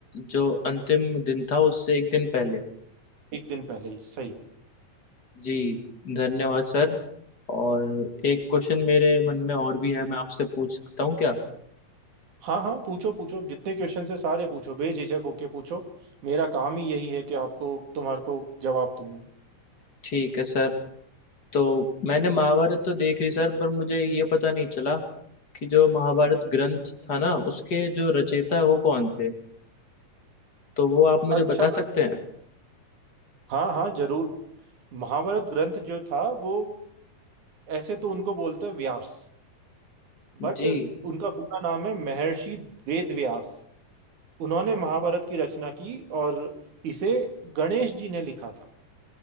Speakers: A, on the left; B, on the right.
A: जो अंतिम दिन था उससे एक दिन पहले
B: एक दिन पहले ही सही
A: जी धन्यवाद सर और एक क्वेश्चन मेरे मन में और भी है मैं आपसे पूछ सकता हूँ क्या
B: हाँ हाँ पूछो पूछो जितने क्वेश्चन है सारे पूछो बेझिझक होके पूछो मेरा काम ही यही है कि आपको तुम्हारे को जवाब दूं मैं
A: ठीक है सर तो मैंने महाभारत तो देख ली सर पर मुझे ये पता नहीं चला कि जो महाभारत ग्रंथ था ना उसके जो रचयिता है वो कौन थे तो वो आप मुझे
B: अच्छा
A: बता सकते हैं
B: हाँ हाँ जरूर महाभारत ग्रंथ जो था वो ऐसे तो उनको बोलते हैं व्यास बट
A: जी
B: उनका पूरा नाम है महर्षि वेद व्यास उन्होंने महाभारत की रचना की और इसे गणेश जी ने लिखा था